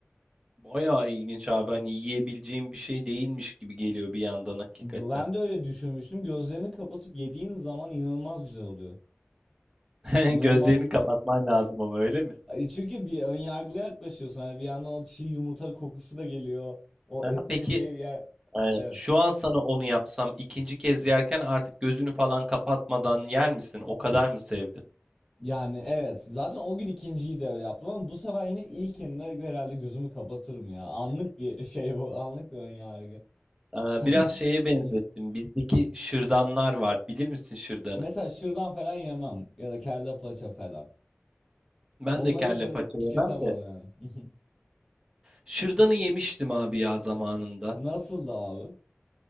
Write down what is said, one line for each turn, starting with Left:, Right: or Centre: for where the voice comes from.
Right: Bayağı ilginç abi. Hani yiyebileceğim bir şey değilmiş gibi geliyor bir yandan hakikaten.
Centre: Ben de öyle düşünmüştüm. Gözlerini kapatıp yediğin zaman inanılmaz güzel oluyor.
Right: <laughs>
Centre: İnanılmaz.
Right: Gözlerini kapatman lazım ama öyle mi?
Centre: Ay, Çünkü bir ön yargılı yaklaşıyorsun. Hani bir yandan o çiğ yumurta kokusu da geliyor. O
Right: Aha,
Centre: ette
Right: peki
Centre: şey ya
Right: Eee,
Centre: evet.
Right: şu an sana onu yapsam ikinci kez yerken artık gözünü falan kapatmadan yer misin? O kadar mı sevdin?
Centre: Yani evet zaten o gün ikinciyi de öyle yaptım ama bu sefer yine ilkinde herhalde gözümü kapatırım ya. Anlık bir şey bu anlık bir önyargı.
Right: Eee, biraz
Centre: <laughs>
Right: şeye benzettim. Bizdeki şırdanlar var. Bilir misin şırdanı?
Centre: Mesela şırdan falan yemem ya da kelle paça falan.
Right: Ben
Centre: Onları
Right: de kelle
Centre: böyle
Right: paça
Centre: tüketemem
Right: yemem de.
Centre: yani. <laughs>
Right: Şırdanı yemiştim abi ya zamanında.
Centre: Nasıldı abi?